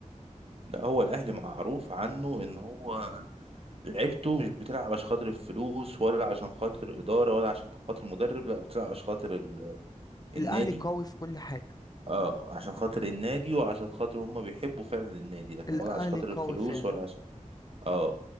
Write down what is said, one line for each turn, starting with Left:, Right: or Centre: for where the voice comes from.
Right: لا هو الاهلي معروف عنه ان هو لعبته مش بتلعب عشان خاطر الفلوس ولا عشان خاطر إدارة ولا عشان خاطر مدرب لا بتلعب عشان خاطر ال- النادي
Left: الأهلي قوي في كل حاجة
Right: اه عشان خاطر النادي وعشان خاطر هم بيحبوا فعلا النادي لكن
Left: الأهلي
Right: ولا عشان خاطر
Left: قوي
Right: الفلوس
Left: فعلا
Right: ولا عشان اه